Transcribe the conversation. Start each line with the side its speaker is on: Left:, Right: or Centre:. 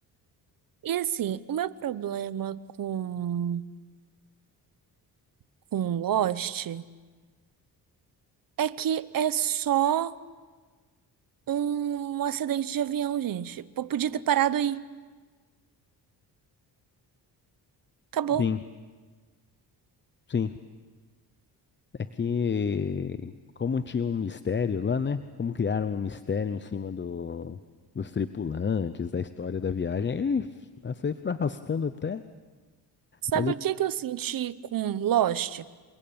Right: E assim, o meu problema com, com Lost é que é só um acidente de avião, gente. Pô, Podia ter parado aí. Acabou.
Left: Sim, sim. É que como tinha um mistério lá, né? Como criaram um mistério em cima do... dos tripulantes, da história da viagem, aí, essa aí foi arrastando até.
Right: Sabe
Left: Mas o,
Right: o que que eu senti com Lost?